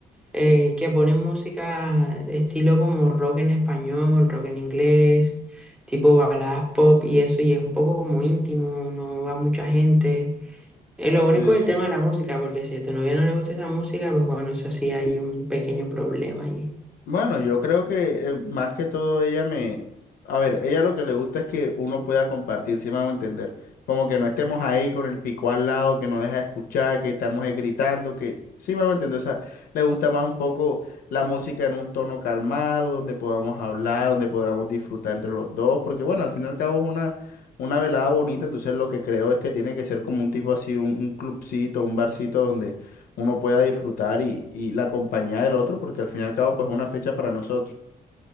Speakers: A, in the centre; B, on the left.
A: eh, que pone música estilo como rock en español, rock en inglés, tipo baladas pop y eso y es un poco como íntimo, no va mucha gente. Eh, lo
B: sí,
A: único es
B: sí.
A: el tema de la música, porque si a tu novia no le gusta esa música, pues bueno, eso sí hay un pequeño problema ahí.
B: Bueno, yo creo que eh, más que todo ella me... A ver, ella lo que le gusta es que uno pueda compartir, si me hago entender. Como que no estemos ahí con el pico al lado, que no deja escuchar, que estamos eh, gritando, que... Sí me hago entender. O sea, le gusta más un poco la música en un tono calmado, donde podamos hablar, donde podamos disfrutar entre los dos. Porque bueno, al fin y al cabo es una, una velada bonita, entonces lo que creo es que tiene que ser como un tipo así, un, un clubcito, un barcito donde uno pueda disfrutar y, y la compañía del otro, porque al fin y al cabo, pues es una fecha para nosotros.